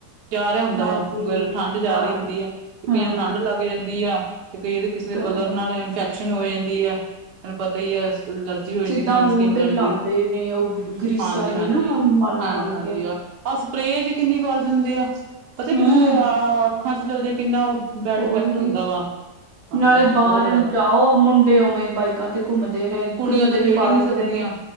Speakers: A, on the right (about 75°); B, on the right (about 50°).
A: ਜਾ ਰਿਹਾ ਹੁੰਦਾ
B: ਹਾਂਜੀ,
A: ਵਾ, ਗਲ ਠੰਡ ਜਾ
B: ਜਾਰ
A: ਰਹੀ ਹੁੰਦੀ ਹੈ, ਤੇ
B: ਹੂੰ।
A: ਕਈਆਂ ਨੂੰ ਠੰਢ ਲੱਗ ਲਗੀ ਰਹਿੰਦੀ ਆ, ਤੇ ਕਈਆਂ ਦੇ ਕਿਸੇ ਦੇ
B: ਕਈਆਂ
A: ਕਲਰ
B: ਨੂੰ
A: ਨਾਲ ਇਫੈਕ ਇਫੈਕਸ਼ਨ ਹੋ ਜਾਂਦੀ ਆ, ਤਾਨੂੰ ਪਤਾ ਹੀ ਆ ਲ ਐਲਰਜੀ ਹੋ ਜਾਂਦੀ
B: ਸਿੱਧਾ
A: ਆ, ਕਈਆ
B: ਮੂੰਹ
A: ਨੂੰ ਸਕਿਨ
B: ਤੇ
A: ਐਲਰਜੀ,
B: ਹੀ ਲਾਉਂਦੇ ਨੇ ਉਹ ਗ੍ਰੀਸਾਂ
A: ਹਾਂਜੀ- ਹਾਂਜੀ,
B: ਜੀ ਨਾ ਮਲ
A: ਹਾਂਜੀ-
B: ਮਲ
A: ਹਾਂਜੀ
B: ਕੇ
A: ਆਹ ਆਹ ਸਪਰੇਅ ਜੀ ਕਿੰਨੀ ਕਰ ਵਾਰ ਦਿੰਦੇ ਆ, ਪਤਾ
B: ਹੂੰ
A: ਕਿਸੇ ਦੇ ਆ ਅੱਖਾਂ 'ਚ ਚਲਜੇ ਕਿੰਨਾ ਬੈਡ
B: ਹੋਰ
A: ਇਫੈਕਟ ਹੁੰਦਾ
B: ਕੀ
A: ਵਾ ਹਾਂਜੀ
B: ਨਾਲੇ
A: ਹਾਂਜੀ
B: ਬਾਹਰਨ
A: ਬਹੁਤ ਜ਼ਿਆਦਾ
B: ਜਾਓ, ਮੁੰਡੇ ਉਵੇਂ ਬਾਈਕਾਂ ਤੇ ਘੁੰਮਦੇ ਰਹੇ,
A: ਕੁੜੀਆਂ
B: ਕਿਸੇ ਤੇ
A: ਤਾਂ ਖੇਡ
B: ਵੀ ਪਾ
A: ਹੀ ਨਹੀਂ ਸਕਦੀਆਂ
B: ਦਿੰਦੇ ਨੇ।